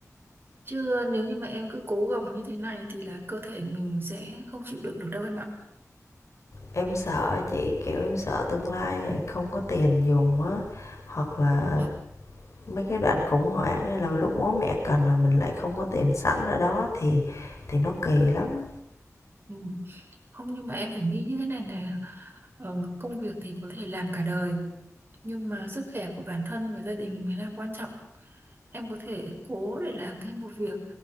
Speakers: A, on the right; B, on the left.
A: chứ nếu như mà em cứ cố gồng như thế này thì là cơ thể mình sẽ không chịu đựng được đâu em ạ
B: em sợ chị kiểu em sợ tương lai rồi không có tiền dùng á hoặc là
A: Ồ,
B: mấy cái đoạn khủng hoảng hay là lúc bố mẹ cần rồi mình lại không có tiền sẵn ở đó thì thì nó kỳ lắm
A: ừ. không nhưng mà em phải nghĩ như thế này nè ờ, công việc thì có thể làm cả đời nhưng mà sức khỏe của bản thân và gia đình mới là quan trọng em có thể cố để làm thêm một việc